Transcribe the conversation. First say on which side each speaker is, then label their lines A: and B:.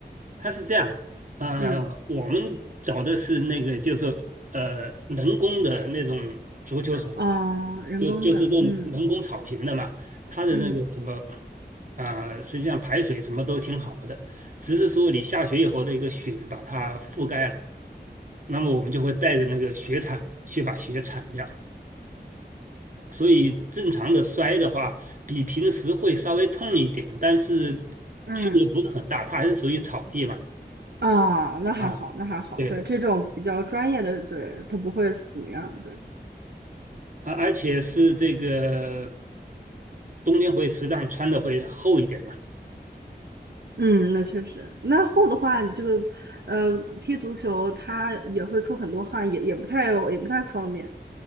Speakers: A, on the right; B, on the right.
A: 它是这样，呃，
B: 嗯，
A: 我们找的是那个，就是呃，人工的那种足球场，
B: 啊，人工的，
A: 就就是用人工草坪的嘛，
B: 嗯
A: 它的那个什么，
B: 嗯
A: 啊、实际上排水什么都挺好的，只是说你下雪以后的一个雪把它覆盖了，那么我们就会带着那个雪铲去把雪铲掉，所以正常的摔的话，比平时会稍微痛一点，但是
B: 嗯，
A: 区别不是很大，它还是属于草地嘛，
B: 啊，那还好，
A: 啊。
B: 那还好，
A: 对。
B: 对，这种比较专业的，对，它不会怎么样，对。
A: 啊，而且是这个冬天会适当穿的会厚一点嘛，
B: 嗯，那确实。那厚的话，你这个呃，踢足球它也会出很多汗，也也不太也不太方便。